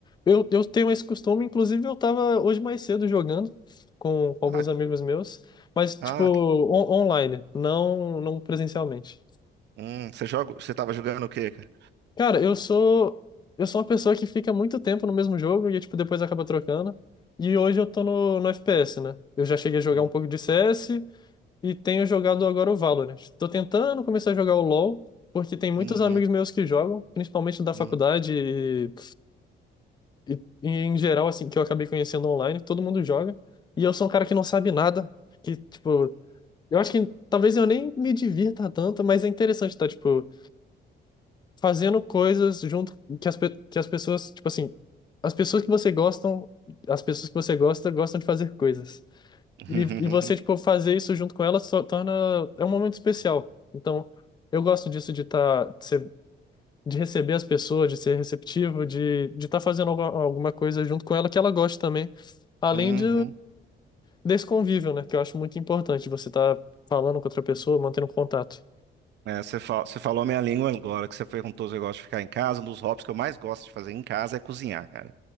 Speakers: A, on the left; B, on the right.
A: Eu, eu tenho esse costume, inclusive eu tava hoje mais cedo jogando com, alguns
B: Ah,
A: amigos meus, mas
B: ah,
A: tipo, on-
B: que-
A: online, não, não presencialmente.
B: hum, você joga, você tava jogando o quê, cara?
A: Cara, eu sou, eu sou uma pessoa que fica muito tempo no mesmo jogo e tipo, depois acaba trocando. E hoje eu tô no, no FPS, né? Eu já cheguei a jogar
B: Hum,
A: um pouco de CS, e tenho jogado agora o Valorant. Tô tentando começar a jogar o LoL, porque tem muitos
B: Uhum,
A: amigos meus que jogam, principalmente da
B: hum.
A: faculdade e, e, e em geral, assim, que eu acabei conhecendo online, todo mundo joga. E eu sou um cara que não sabe nada, que, tipo, eu acho que talvez eu nem me divirta tanto, mas é interessante estar, tipo, fazendo coisas junto que as, pe- que as pessoas, tipo assim, as pessoas que você gostam, as pessoas que você gosta, gostam de fazer coisas.
B: Uhum,
A: E, e você, tipo,
B: <laughs>
A: fazer isso junto com ela só torna. É um momento especial. Então, eu gosto disso de tá, de ser- de receber as pessoas, de ser receptivo, de de estar fazendo alguma, alguma coisa junto com ela que ela goste também. Além
B: uhum.
A: de, desse convívio, né? Que eu acho muito importante. Você tá falando com outra pessoa, mantendo contato.
B: É, você fa- você falou a minha língua agora, que você perguntou se eu gosto de ficar em casa. Um dos hobbies que eu mais gosto de fazer em casa é cozinhar, cara.